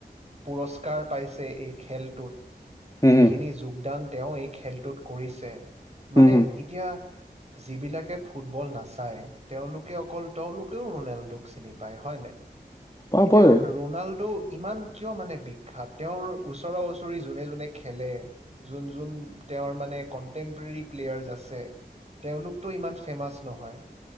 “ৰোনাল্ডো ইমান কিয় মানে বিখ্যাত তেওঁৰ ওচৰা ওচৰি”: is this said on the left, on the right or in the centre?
Right